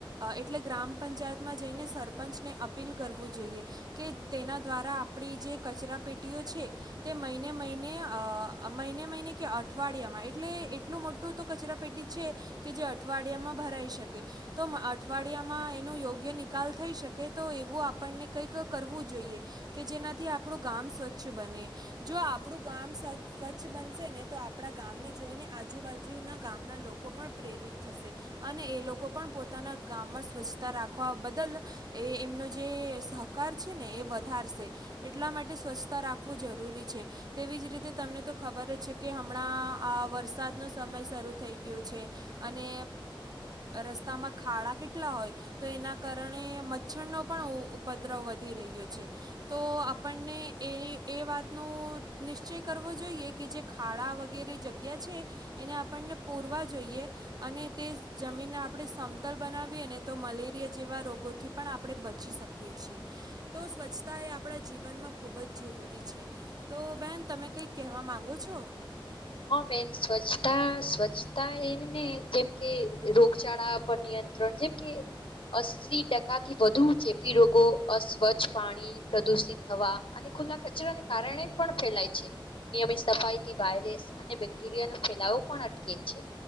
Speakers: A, on the right; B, on the left.
A: એટલે ગ્રામ પંચાયતમાં જઈને, સરપંચને અપીલ કરવું જોઈએ કે તેના દ્વારા આપડે જે કચરા પેટીઓ છે, તે મહિને મહિને અ મહિને મહિને કે અઠવાડિયામાં એટલે એટલું મોટુ તો કચરા પેટી છે, કે જે અઠવાડિયામાં ભરાઈ શકે તો અઠવાડિયામા એનો યોગ્ય, નિકાલ થઈ શકે તો એવું આપણને કઈક કરવું જોઈએ કે જેનાથી આપણું ગામ સ્વચ્છ, બને જો આપણું ગામ સ્વચ્છ બનશે ને તો આપણા ગામને જોઈને, આજુબાજુ ના ગામના લોકો પણ પ્રેરિત થશે અને એ લોકો પણ પોતા ગામમાં સ્વચ્છતા રાખવા બદલ એ એમનો જે સહકાર છેને, એ વધારશે એટલા માટે સ્વચ્છતા રાખવુ જરૂરી છે તેવી જ રીતે તમને તો ખબર જ છે કે હમણાં આ વરસાદ નો સમય શરૂ થઈ ગયો છે અને રસ્તામાં. ખાડા કેટલા હોય તો એના કારણે મચ્છરનો પણ ઉપદ્રવ વધી રહ્યો છે. તો આપણને એ એ વાત નો નિશ્ચય કરવો જોઈએ કે જે ખાડા વગેરે જગ્યા છે એને આપણને પૂરવા જોઈએ અને તે જમીન આપણે બનાવીને તો મલેરિયા જેવા રોગોથી પણ આપણે બચી શકીએ છીએ તો સ્વચ્છતા. એ આપણા જીવનમાં ખુબ જ જરૂરી છે તો બેહેન તમે કઈ કહેવા માંગો છો.
B: હા બેન સ્વચ્છતા સ્વચ્છતા એને જેમ કે રોગચળા પર નિયંત્રણ ત્રણ જેમ કે અસ્સી ટકાથી વધુ ચેપી રોગો અસ્વચ્છ પાણી પ્રદુષિત થવા અને ખુલ્લા કચરાને કારણે પણ ફેલાય છે નિયમિત સફાઈથી વાયરેસ. અને બેક્ટેરિયા નો ફેલાવો પણ અટકે છે.